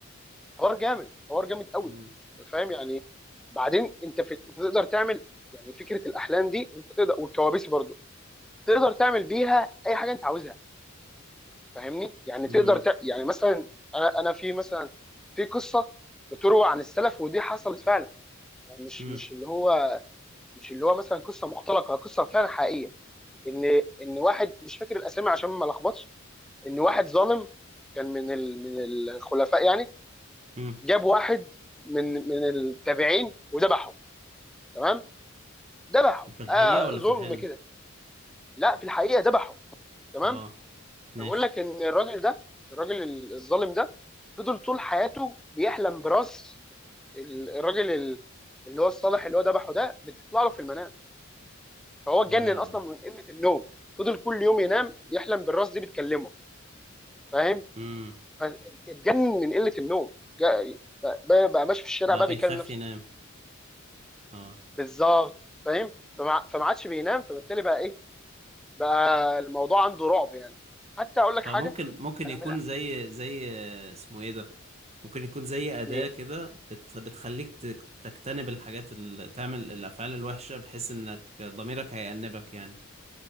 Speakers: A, in the centre; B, on the right.
A: حوار جامد حوار جامد قوي
B: امم
A: فاهم يعني بعدين انت في... انت تقدر تعمل يعني فكره الاحلام دي انت تقدر والكوابيس برضو تقدر تعمل بيها اي حاجه انت عاوزها فاهمني يعني
B: امم
A: تقدر ت... يعني مثلا انا انا في مثلا في قصه بتروى عن السلف ودي حصلت فعلا يعني مش
B: امم
A: مش اللي هو مش اللي هو مثلا قصه مختلقه قصه فعلا حقيقيه ان ان واحد مش فاكر الاسامي عشان ما لخبطش ان واحد ظالم كان من ال... من الخلفاء يعني
B: أمم.
A: جاب واحد من من التابعين وذبحه تمام ذبحه
B: في الحقيقة
A: آه
B: ولا
A: ظلم
B: في الحلم
A: كده لا في الحقيقه ذبحه تمام
B: اه ماشي
A: بقول لك ان الراجل ده الراجل ال- الظالم ده فضل طول حياته بيحلم براس ال- الراجل ال- اللي هو الصالح اللي هو ذبحه ده بتطلع له في المنام فهو اتجنن
B: يا لهوي
A: اصلا من قله النوم فضل كل يوم ينام يحلم بالراس دي بتكلمه فاهم
B: امم
A: فاتجنن من قله النوم جا- بقى, بقى ماشي في الشارع
B: بقى
A: بقى
B: بيخاف
A: بيكلم نفسه
B: ينام اه
A: بالظبط فاهم فما فما عادش بينام فبالتالي بقى ايه بقى الموضوع عنده رعب يعني حتى اقول لك
B: فممكن
A: حاجه
B: ممكن
A: انا
B: يكون
A: من
B: زي زي آه، اسمه ايه ده ممكن يكون زي أداة
A: مين
B: كده بت... بتخليك ت- تجتنب الحاجات اللي تعمل الأفعال الوحشة بحيث إنك ضميرك هيأنبك يعني